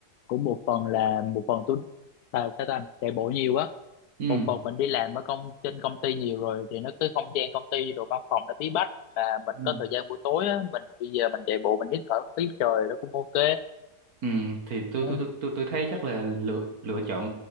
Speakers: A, on the left; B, on the right.
A: cũng một phần là một phần tôi sao sao ta chạy bộ nhiều á
B: ừ
A: một phần mình đi làm ở công trên công ty nhiều rồi thì nó cái không gian công ty rồi văn phòng nó bí bách và mình
B: ừ.
A: có thời gian buổi tối á mình đi về mình chạy bộ mình hít thở khí trời nó cũng ok
B: Ừ, thì tôi
A: Ừ.
B: tôi tôi tôi tôi thấy chắc là lựa lựa chọn